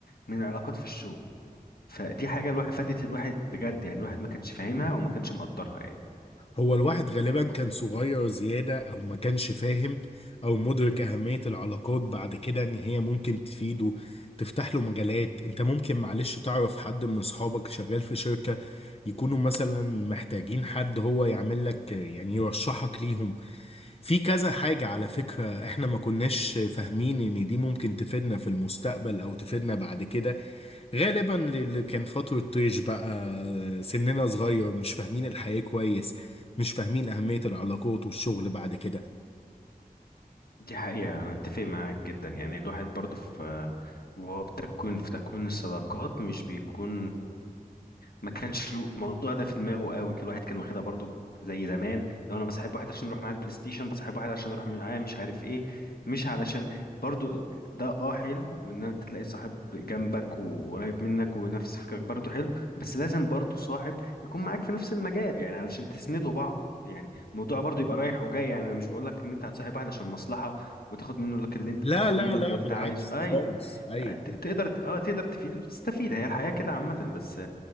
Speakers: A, on the left; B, on the left.
A: من العلاقات في الشغل فدي حاجة الواحد فادت الواحد بجد يعني الواحد ما كانش فاهمها وما كانش مقدرها يعني
B: هو الواحد غالبا كان صغير زيادة أو ما كانش فاهم أو مدرك أهمية العلاقات بعد كده إن هي ممكن تفيده تفتح له مجالات أنت ممكن معلش تعرف حد من أصحابك شغال في شركة يكونوا مثلا محتاجين حد هو يعمل لك يعني يرشحك ليهم في كذا حاجة على فكرة احنا ما كناش فاهمين ان دي ممكن تفيدنا في المستقبل او تفيدنا بعد كده غالبا اللي كان فترة طيش بقى سننا صغير مش فاهمين الحياة كويس مش فاهمين أهمية العلاقات والشغل بعد كده
A: دي حقيقة أنا أتفق معاك جدا يعني الواحد برضه في وهو بتكوين في تكوين الصداقات مش بيكون ما كانش له- الموضوع ده في دماغه قوي كل واحد كان واخدها برضو زي زمان لو انا بصاحب واحد عشان نروح معاه البلاي ستيشن بصاحب واحد عشان اروح معاه مش عارف ايه مش علشان برضو ده اه حلو وان انت تلاقي صاحب جنبك وقريب منك ونفس فكرك برضو حلو بس لازم برضو صاحب يكون معاك في نفس المجال يعني علشان تسندوا بعض يعني الموضوع برضو يبقى رايح وجاي يعني انا مش بقول لك ان انت هتصاحب واحد عشان مصلحة وتاخد منه لك اللي انت
B: لا
A: وتاخد
B: لا
A: منه
B: لا
A: اللي انت
B: بالعكس
A: عايزه ايوه
B: خالص أيوه
A: ت- تقدر اه تقدر تفيد وتستفيد هي الحياة كده عامة بس